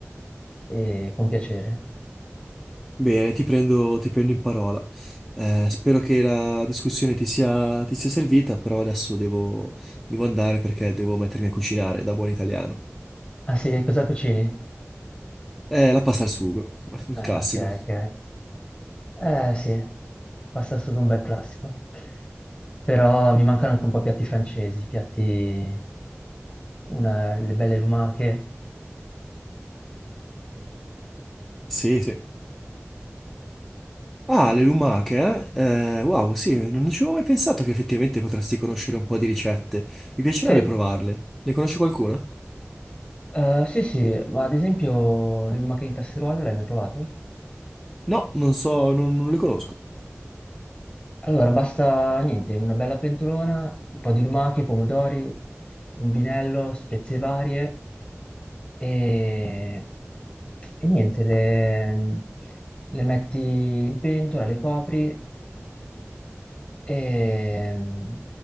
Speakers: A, on the left; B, in the centre.
A: e con piacere.
B: Bene, ti prendo, ti prendo in parola. Eh, spero che la discussione ti sia, ti sia servita, però adesso devo, devo andare perché devo mettermi a cucinare da buon italiano.
A: Ah sì, cosa cucini?
B: Eh, la pasta al sugo, <laughs> un
A: Ah,
B: classico.
A: ok, ok. Eh sì, pasta al sugo è un bel classico. Però mi mancano anche un po' piatti francesi, piatti, una- le belle lumache.
B: Sì, sì. Ah, le lumache, eh? Eh, wow, sì, non ci avevo mai pensato che effettivamente potresti conoscere un po' di ricette. Mi piacerebbe
A: Sì,
B: provarle. Ne conosci qualcuna?
A: Eh, sì, sì, ma ad esempio le lumache in casseruola le hai mai provate?
B: No, non so, non, non le conosco.
A: Allora, basta niente, una bella pentolona, un po' di lumache, pomodori, un vinello, spezie varie e, e niente, le, le metti in pentola, le copri e, mm,